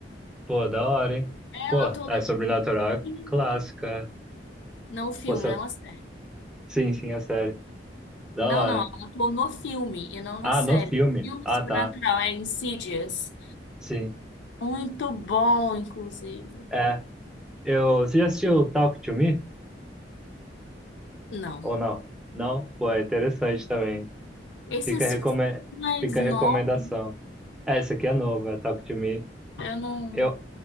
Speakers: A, in the centre; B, on the left.
A: pô, da hora, hein?
B: Ela
A: Pô,
B: atua
A: é
B: desde
A: Sobrenatural
B: pequenininha.
A: clássica.
B: Não o filme,
A: Pô, se-
B: não a série.
A: sim, sim, é sério. Da
B: Não,
A: hora.
B: não, ela atuou no filme e não
A: Ah,
B: na série.
A: no filme.
B: Filme
A: Ah,
B: sobrenatural,
A: tá.
B: é Insidious.
A: Sim.
B: Muito bom, inclusive.
A: É. Eu, você já assistiu Talk to Me?
B: Não.
A: Ou não? Não? Pô, é interessante também.
B: Esses
A: Fica, recome...
B: mais
A: Fica
B: novos,
A: a recomendação. É, esse aqui é novo, é Talk to Me.
B: eu não.
A: Eu,